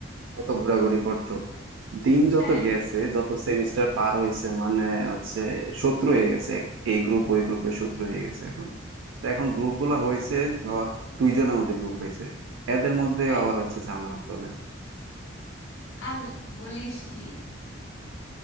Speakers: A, on the right (about 80°); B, on the left (about 65°).
A: কত ঘোরাঘুরি করতো দিন যত
B: হ্যাঁ
A: গেছে যত সেমিস্টার পার হয়েছে মানে হচ্ছে শত্রু হয়ে গেছে এক- এই গ্রুপ ওই গ্রুপের শত্রু হয়ে গেছে এখন তো এখন গ্রুপ গুলা হয়েছে ধর দুইজনের মধ্যে গ্রুপ হয়েছে এদের মধ্যে
B: হ্যাঁ
A: আবার হচ্ছে ঝামেলা চলে
B: আল বলিস কি